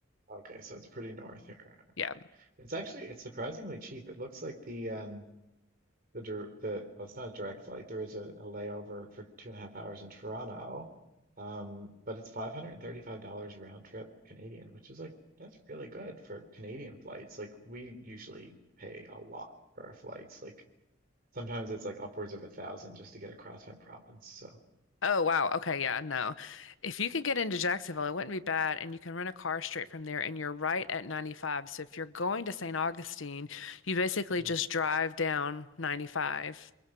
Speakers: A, on the right; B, on the left.
A: Okay, so it's pretty north here. Okay,
B: Yeah.
A: it's actually it's surprisingly cheap. It looks like the um the dir- the well, it's not a direct flight. There is a, a layover for two and a half hours in Toronto, um, but it's five hundred and thirty-five dollars round trip Canadian, which is like that's really good for Canadian flights. Like we usually pay a lot for our flights. Like Sometimes it's like upwards of a thousand just to get across my province. So
B: Oh, wow. Okay. Yeah. No. If you could get into Jacksonville, it wouldn't be bad. And you can rent a car straight from there, and you're right at 95. So if you're going to St. Augustine, you basically
A: hmm,
B: just drive down 95